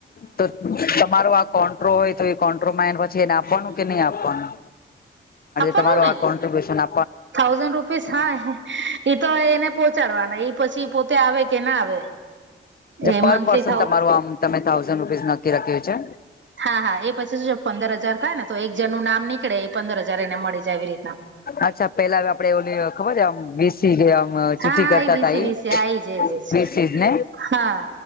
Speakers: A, on the left (about 45°); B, on the right (about 60°).
A: તો તમારો આ કોન્ટ્રો હોય તો ્રો પછી એ આપવાનું કે ન આપવાનું
B: આપવાનું
A: તમા
B: ને
A: આ કોબ્યુન
B: થાઉઝન્ડ રૂપીસ હા તો એને પહોંચાડવાના પછી પોતે આવે કે ના આવે
A: જે
B: એ
A: પર
B: મંથલી
A: પર્સન
B: થાઉ
A: તમારું આમ તમે થાઉઝન્ડ રૂપીસ નક્કી રાખ્યું છે
B: હા હા એ પછી શ પંદર હાજાર થાય ને તો એક જણનું નામ નીકળે એ પંદર હજાર એને મળી જાય એવી રીતે
A: અચ્છા પેલા આપડે ઓ ખબર છેમ વીસી ગયા ચિઠ્ઠી
B: હા હા
A: કરતા
B: એ વીસી
A: તઝ
B: વીસી હા એજ એજ એજ
A: ને
B: હા